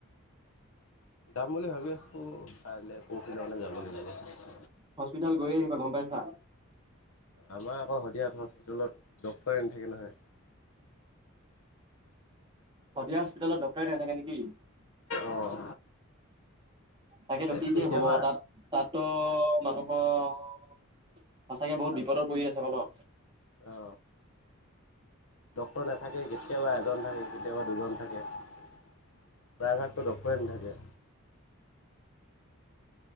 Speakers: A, on the left (about 75°); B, on the right (about 20°).
A: যাম বুলি ভাবি আছোঁ কাইলে পৰহিলে মানে যাব লাগিব।
B: হস্পিটাল গৈয় আহিবা গম পাইছা?
A: আমাৰ আকৌ শদিয়াত হস্পিটেলত ডাক্তৰে নাথাকে নহয়।
B: শদিয়া হস্পিটেলত ডক্তৰে নাথাকে নেকি?
A: অঁ
B: তাকেতো কি
A: কেতিয়াবা
B: যে হ'ব তাত তাততো মানুহৰ সচাকে বহুত বিপদত পৰি আছে অ ন‌।
A: অ ডক্তৰ নাথাকে কেতিয়াবা এজন থাকে কেতিয়াবা দুজন থাকে প্ৰায়ভাগতো ডক্টৰে নাথাকে।